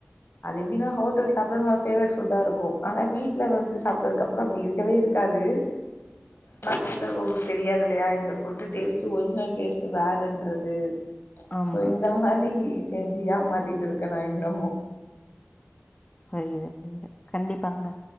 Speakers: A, on the left (about 60°); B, on the left (about 30°).
A: அது எப்டின்னா ஹோட்டல் சாபட நம்ம பேவரட் ஃபுட்டா இருக்கோ. ஆனா வீட்ல வந்து சாப்டதுக்கு அப்பபறம் அப்டி இருக்கவே இருக்காது <inaudible> தெரியாதில்லையா இந்த ஃபுட்டு டேஸ்ட் ஒரிஜினல் டேஸ்ட்டு வேறன்றது. வெ
B: ஆமா
A: சோ இந்த மாரி. செஞ்சு ஏமாத்திட்டு இருக்க நா இன்னமோ.
B: பகுது புது கண்டிப்பாங்க